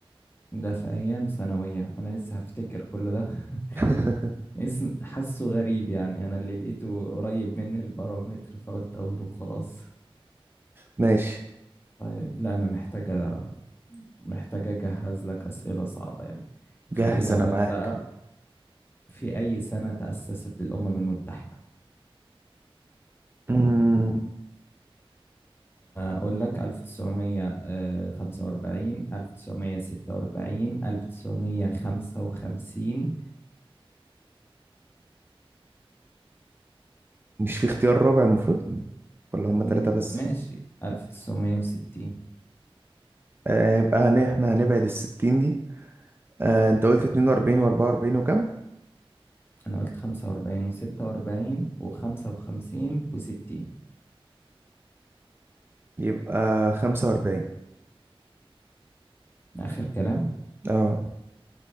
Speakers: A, on the left (about 25°); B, on the right (about 20°).
A: ده في أيام ثانوية أنا لسه هفتكر كل ده <laughs>
B: <laughs>
A: اسم حاسه غريب يعني أنا اللي لقيته قريب مني البارومتر فقلت أقوله خلاص
B: ماشي
A: طيب لا أنا محتاجة محتاجة أجهز لك أسئلة صعبة يعني
B: جاهز
A: خليني
B: انا
A: أقول
B: معاك
A: لك بقى في أي سنة تأسست الأمم المتحدة؟
B: مم،
A: أقول لك 1945 1946 1955
B: مش في اختيار رابع المفروض ولا هما
A: مم،
B: ثلاثة بس
A: ماشي 1960
B: آه، يبقى هن- احنا هنبعد الستين دي آه، انت قلت اتنين واربعين واربعة واربعين وكم
A: أنا قلت 45 و46 و55 و60
B: يبقى خمسة واربعين
A: آخر كلام
B: اه